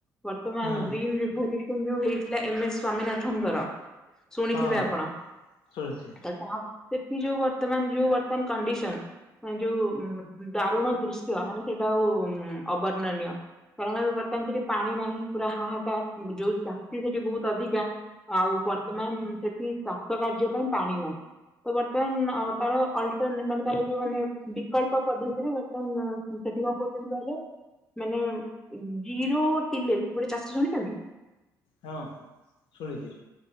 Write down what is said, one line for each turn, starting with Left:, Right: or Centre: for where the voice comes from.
Centre: ବର୍ତ୍ତମାନ
Left: ହଁ
Centre: ଗ୍ରୀନଭଲ୍ୟୁସନ ଯୋଉ ହେଇଥିଲା ଏମ ଏ ସ୍ଵାମୀନାଥଙ୍କର। ଶୁଣିଥିବେ
Left: ହଁ ହଁ
Centre: ଆପଣ
Left: ଶୁଣିଛି
Centre: ତ ତାପରେ ଏ ଯୋଉ ବର୍ତ୍ତମାନ ଯୋଉ ବର୍ତ୍ତମାନ କଣ୍ଡିସନ। ମାନେ ଯୋଉ ଉ ଦାରୁଣ ଦୃଶ୍ୟ ମାନେ ସେଇଟା ଆଉ ଅବର୍ଣ୍ଣନୀୟ। ବର ବର୍ତ୍ତମାନ ସେଠି ପାଣି ନାହିଁ ପୁରା ହାହାକାର ଯୋଉ ଚାଷୀ ସେଠି ବହୁତ ଅଧିକା। ଆଉ ବର୍ତ୍ତମାନ ସେଠି ଚାଷ କାର୍ଯ୍ୟ ପାଇଁ ପାଣି ନାହିଁ। ତ ବର୍ତ୍ତମାନ ତାର ଅଲଟର ମାନେ ତାର ଯୋଉ ମାନେ ବିକଳ୍ପ ପଦ୍ଧତିରେ ବର୍ତ୍ତମାନ ସେଠି କଣ କରୁଛନ୍ତି କହିଲେ? ମାନେ ଜିରୋତିଳେଶ ଗୋଟେ ଚାଷ ଶୁଣିଛନ୍ତି?
Left: ହଁ ଶୁଣିଛି।